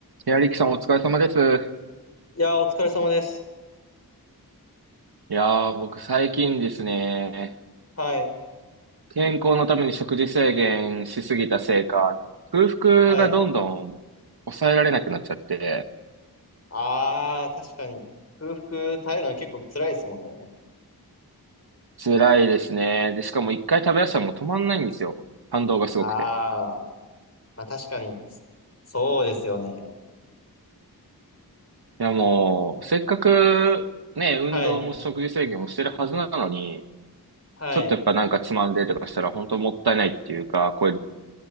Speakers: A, on the right; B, on the left.
A: いや、リキさんお疲れ様です。
B: いやー、お疲れ様です。
A: いやー、僕最近ですね、
B: はい。
A: 健康のために食事制限しすぎたせいか、なんか空腹がどんどん抑えられなくなっちゃって、
B: はい。ああ、確かに。空腹耐えるのは結構辛いですもんね。
A: 辛いですね。で、しかも一回食べ出したらもう止まんないんですよ。反動がすごくて。
B: あーまあ、確かに。そうですよね。
A: いや、もう、せっかくね、運動も食事制限をしてるはずなのに、
B: はい。はい。
A: ちょっとやっぱなんかつまんでとかしたら本当もったいないっていうか、これ、